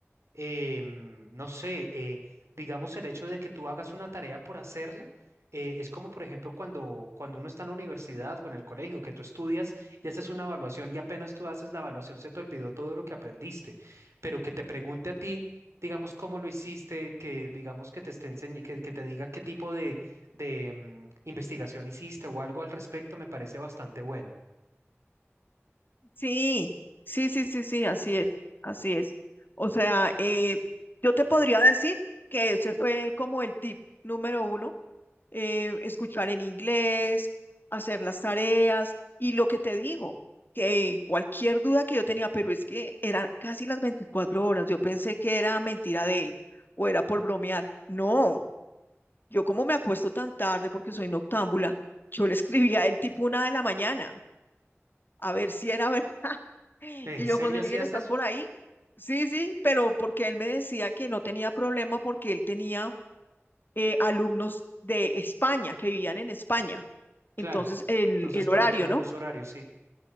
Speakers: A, on the right; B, on the left.
A: eh, no sé, eh, digamos el hecho de que tú hagas una tarea por hacerla, eh, es como por ejemplo cuando, cuando uno está en la universidad o en el colegio, que tú estudias y haces una evaluación y apenas tú haces la evaluación se te olvidó todo lo que aprendiste, pero que te pregunte a ti, digamos, cómo lo hiciste, que digamos que te esté enseñ- que, que te diga qué tipo de, de mm, investigación hiciste o algo al respecto, me parece bastante bueno.
B: sí, sí, sí, sí, sí, así es, así es. O sea, eh, yo te podría decir que ese fue como el tip número uno eh, escuchar en inglés, hacer las tareas y lo que te digo, que cualquier duda que yo tenía, pero es que eran casi las 24 horas, yo pensé que era mentira de él o era por bromear. No, yo como me acuesto tan tarde porque soy noctámbula, yo le escribía a él tipo una de la mañana, a ver si era ver. <laughs>
A: ¿En
B: Y yo,
A: serio
B: José
A: así
B: Miguel,
A: haces?
B: ¿estás por ahí? Sí, sí, pero porque él me decía que no tenía problema porque él tenía eh, alumnos de España, que vivían en España.
A: Claro.
B: Entonces, el,
A: Entonces,
B: el
A: por
B: horario,
A: el tema
B: ¿no?
A: de los horarios, sí.